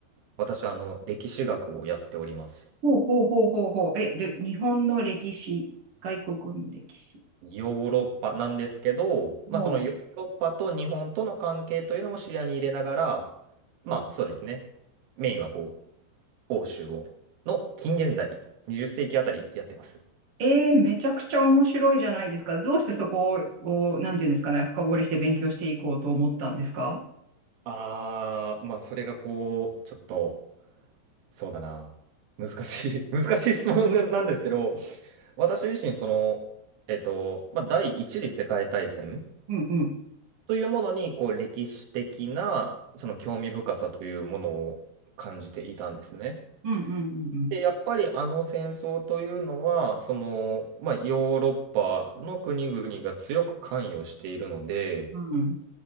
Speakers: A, on the right; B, on the right.
A: 私はあの、歴史学をやっております。
B: ほうほうほうほうほう。え、れ日本の歴史、外国の歴史。
A: ヨーロッパなんですけど、まあ、
B: も
A: そのヨーロッパと日本との関係というのも視野に入れながら、まあ、そうですね。メインはこう、欧州を、の近現代、20世紀あたりやってます。
B: う、えーめちゃくちゃ面白いじゃないですか。どうしてそこを、をなんていうんですかね、深掘りして勉強していこうと思ったんですか
A: ああ、まあ、それがこう、ちょっと、そうだな。難しい、<laughs> 難しい質問ななんですけど、私自身、その、えっと、まあ、第一次世界大戦
B: うんうん。
A: というものに、こう、歴史的な、その興味深さというものを感じていたんですね。
B: うんうんうん
A: で、やっぱりあの戦争というのは、その、まあ、ヨーロッパの国々が強く関与しているので、
B: うん。うん